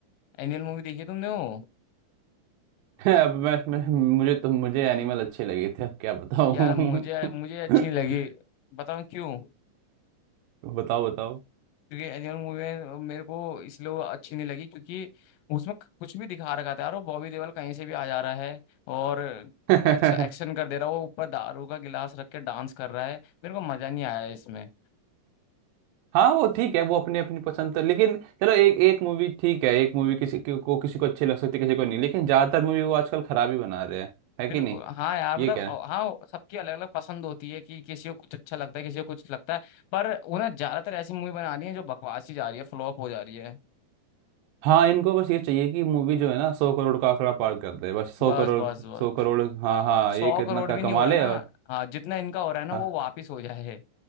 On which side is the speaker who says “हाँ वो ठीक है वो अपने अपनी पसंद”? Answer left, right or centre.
Right